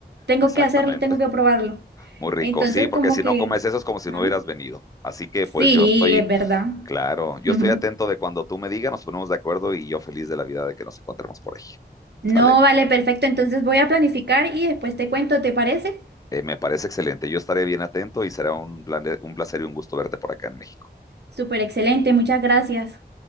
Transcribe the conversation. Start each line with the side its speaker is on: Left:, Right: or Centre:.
Right: tengo
Left: Exactamente.
Right: que hacerlo, tengo que probarlo.
Left: Muy rico.
Right: Entonces,
Left: Sí, porque
Right: como
Left: si
Right: que,
Left: no comes eso es como si
Right: ¿ah?
Left: no hubieras venido. Así que
Right: Sí,
Left: pues yo estoy,
Right: es verdad.
Left: claro, yo
Right: <laughs>
Left: estoy atento de cuando tú me digas, nos ponemos de acuerdo y yo feliz de la vida de que nos encontremos por ahí.
Right: No,
Left: ¿Sale?
Right: vale, perfecto, entonces voy a planificar y después te cuento, ¿te parece?
Left: Eh, me parece excelente. Yo estaré bien atento y será un, plan- un placer y un gusto verte por acá en México.
Right: Súper excelente, muchas gracias.